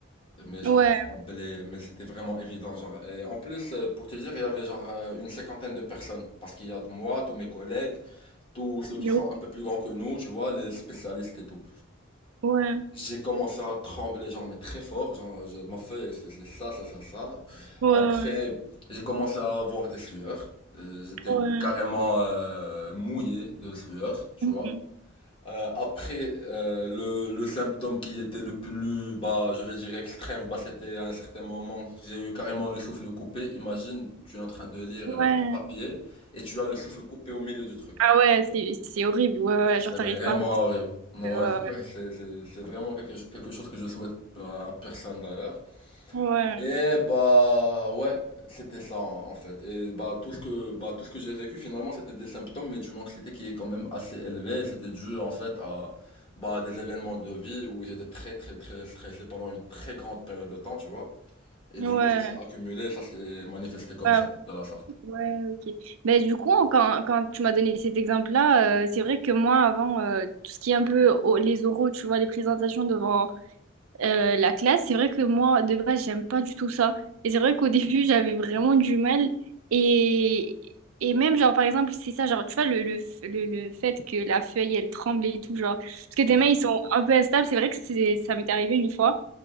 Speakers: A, on the left; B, on the right.
A: Mais genre,
B: Ouais.
A: trembler, mais c'était vraiment évident. Genre. Et en plus, euh, pour te dire, il y avait genre euh, une cinquantaine de personnes. Parce qu'il y a de moi, tous mes collègues, tous ceux qui
B: Ouais.
A: sont un peu plus grands que nous, tu vois, les spécialistes et tout.
B: Ouais.
A: J'ai commencé à trembler, genre, mais très fort. Genre, je- ma feuille, elle faisait ça, ça, ça, ça.
B: Ouais.
A: Après, j'ai commencé à avoir des sueurs. Euh, J'étais
B: Ouais.
A: carrément euh, mouillé de sueur, tu
B: Mhm.
A: vois. Euh, après, euh, le, le symptôme qui était le plus, bah, je vais dire extrême, bah, c'était à un certain moment, j'ai eu carrément le souffle coupé. Imagine, tu es en train de lire
B: Ouais.
A: euh, ton papier et tu as le souffle coupé au milieu du truc.
B: Ah ouais, c'est, c'est horrible. Ouais, ouais.
A: C'est
B: Genre, t'arrives
A: vraiment
B: pas à respirer.
A: horrible. Ouais, <laughs>
B: Ouais,
A: ouais, c'est, c'est, c'est vraiment quelque, cho- quelque chose que je souhaite bah, à personne d'ailleurs.
B: ouais. Ouais.
A: Et bah ouais, c'était ça en en fait. Et bah tout ce que bah tout ce que j'ai vécu finalement c'était des symptômes mais d'une anxiété qui est quand même assez élevée. Et C'était dû en fait à bah des événements de vie où j'étais très très très stressé pendant une très grande période de temps, tu vois. Et
B: Ouais.
A: du coup ça s'est accumulé, ça s'est manifesté comme
B: Ouais,
A: ça, de la sorte.
B: Ouais, ok. Mais du coup, quand, quand tu m'as donné cet exemple-là, euh, c'est vrai que moi, avant, euh, tout ce qui est un peu au- les oraux, tu vois, les présentations devant euh, la classe, c'est vrai que moi, de base, j'aime pas du tout ça. Et c'est vrai qu'au <laughs> début, j'avais vraiment du mal. Et, et même, genre, par exemple, c'est ça, genre, tu vois, le, le, f- le, le fait que la feuille, elle tremble et tout, genre, parce que
A: Ouais.
B: tes mains, ils sont un peu instables, c'est vrai que c'est, ça m'est arrivé une fois.